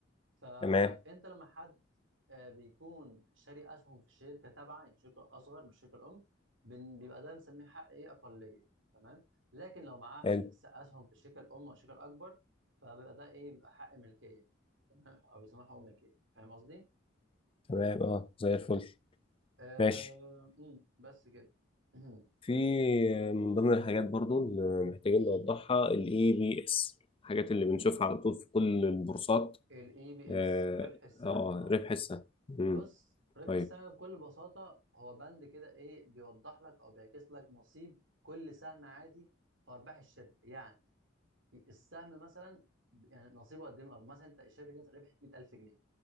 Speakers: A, on the right (about 75°); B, on the left (about 30°).
A: فانت
B: تمام
A: لما حد آه، بيكون شاري اسهم في الشركه تابعه يعني شركه اصغر من الشركه الام بن- بيبقى ده بنسميه حق ايه اقليه تمام لكن لو معاه
B: حلو
A: س- اسهم في الشركه الام او الشركه الاكبر فبيبقى ده ايه بيبقى حق ملكيه تمام او بيسموه حق ملكيه فاهم قصدي؟
B: تمام أه زي الفل
A: آه...
B: ماشي
A: أمم، بس كده <clears throat>
B: في آه، من ضمن الحاجات برضو اللي محتاجين نوضحها ال EBS الحاجات اللي بنشوفها على طول في كل البورصات
A: الاي بي
B: أه
A: اس ربح السهم
B: آه،
A: اه
B: ربح السهم مم،
A: بص ربح
B: طيب
A: السهم بكل بساطة هو بند كده ايه بيوضح لك او بيعكس لك نصيب كل سهم عادي في ارباح الشركة يعني السهم مثلا يعني نصيبه قد ايه من الأرباح. مثلا انت الشركة دي ربحت 100000 جنيه